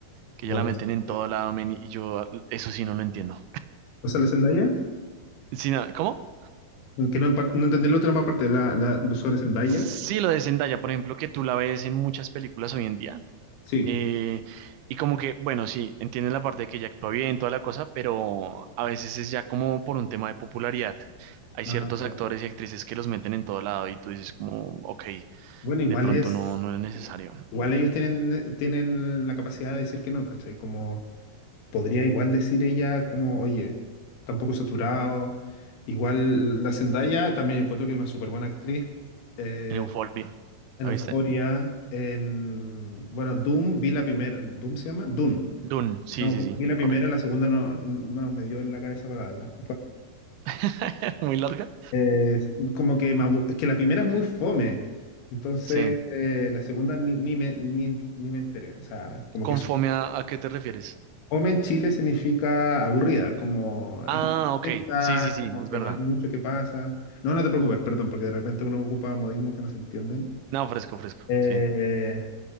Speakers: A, on the right; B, on the left.
A: que
B: Bueno,
A: ya la meten
B: este,
A: en todo lado, men, y yo ah, eso sí no lo entiendo.
B: o sea, la Zendaya,
A: Sí, no, ¿cómo?
B: aunque no, empa- no entendí la otra más parte, la, la, lo sobre Zendaya.
A: Sí, lo de Zendaya, por ejemplo, que tú la ves en muchas películas hoy en día,
B: Sí,
A: Eh, y como que, bueno, sí, entienden la parte de que ya actúa bien, toda la cosa, pero a veces es ya como por un tema de popularidad. Hay
B: Ah,
A: ciertos
B: claro.
A: actores y actrices que los meten en todo lado y tú dices como, ok,
B: Bueno, igual
A: de pronto
B: es,
A: no, no es necesario.
B: igual ellos tienen, tienen la capacidad de decir que no, ¿cachai? Como podría igual decir ella como, oye, tampoco saturado. Igual la Zendaya también encuentro que es una súper buena actriz. eh,
A: En Euphoria,
B: en
A: ¿la
B: Euphoria,
A: viste?
B: en, bueno, Doom, vi la primera, ¿Doom se llama? Dune.
A: Dune, sí,
B: No,
A: sí,
B: vi
A: sí,
B: vi la primera,
A: correcto.
B: la segunda no, no me dio en la cabeza para darla.
A: <laughs> Muy larga.
B: Eh, como que, me abu- es que la primera es muy fome, entonces
A: Sí.
B: eh, la segunda ni, ni me, ni, ni me enteré. O sea, como que
A: ¿Con
B: su-
A: fome a, a qué te refieres?
B: fome en Chile significa aburrida, como
A: Ah,
B: es
A: ok,
B: lenta,
A: sí, sí, sí,
B: como
A: es
B: que
A: verdad.
B: no hay mucho que pasa. No, no te preocupes, perdón, porque de repente uno ocupa modismos que no se entienden.
A: No, fresco, fresco,
B: Eh,
A: sí.